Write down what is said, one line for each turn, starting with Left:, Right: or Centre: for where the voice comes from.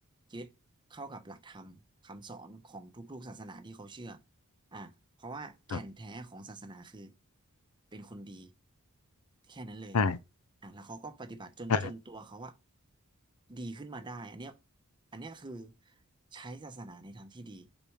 Right: ยึดเข้ากับหลักธรรมคำสอนของทุกๆศาสนาที่เขาเชื่ออ่ะเพราะว่าแก่นแท้ของศาสนาคือ
Left: ครับ
Right: เป็นคนดีแค่นั้นเลย
Left: ใช่
Right: อ่ะแล้วเขาก็ปฏิบัติจนจนตัวเขาว่า
Left: ใช่
Right: ดีขึ้นมาได้อันเนี้ยอันเนี้ยคือใช้ศาสนาในทางที่ดี